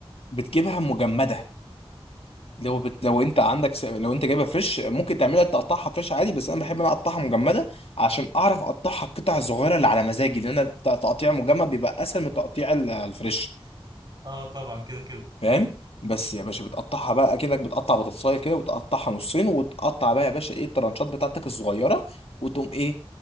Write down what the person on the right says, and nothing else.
اه طبعا كده كده